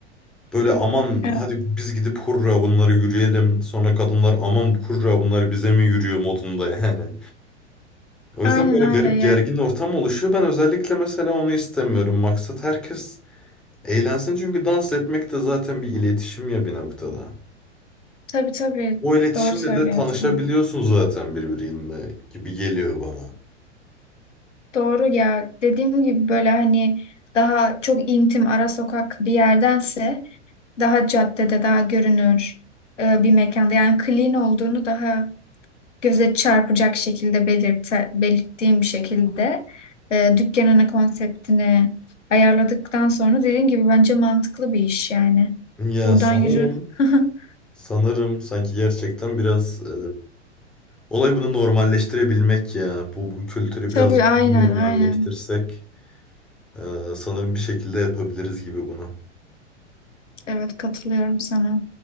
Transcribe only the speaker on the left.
Evet.
Aynen
öyle
ya.
Tabii tabii.
Doğru söylüyorsun.
Doğru ya. Dediğim gibi böyle hani daha çok intim ara sokak bir yerdense daha caddede daha görünür e, bir mekanda yani clean olduğunu daha göze çarpacak şekilde belirte, belirttiğim bir şekilde e, dükkanını, konseptini ayarladıktan sonra dediğim gibi bence mantıklı bir iş yani.
Buradan
yürü. <laughs>
Tabii
aynen
aynen.
Evet katılıyorum sana.